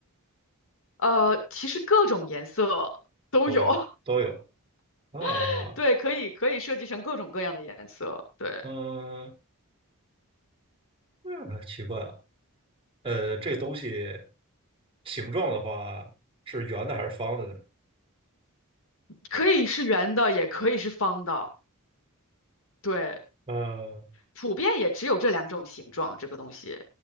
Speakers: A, on the left (about 65°); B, on the right (about 25°).
A: 呃，其实各种颜色都有，
B: 都有，都有啊，
A: <laughs> 对，可以可以设计成各种各样的颜色，对，
B: 嗯，那还奇怪啊，呃，这个东西形状的话是圆的还是方的呢？
A: 可以是圆的，也可以是方的，对。
B: 呃，
A: 普遍也只有这两种形状，这个东西，